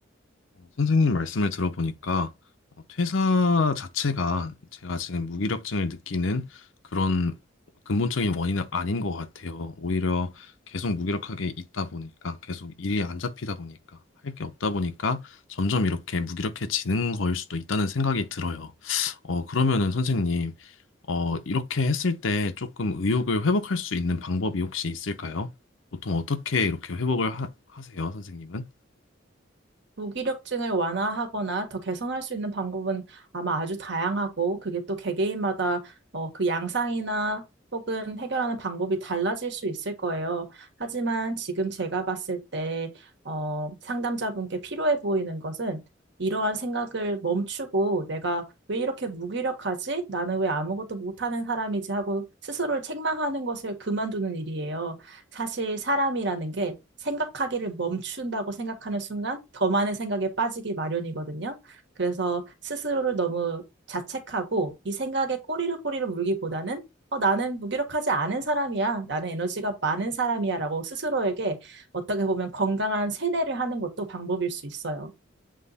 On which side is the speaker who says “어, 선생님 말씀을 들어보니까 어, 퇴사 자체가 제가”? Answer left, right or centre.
Left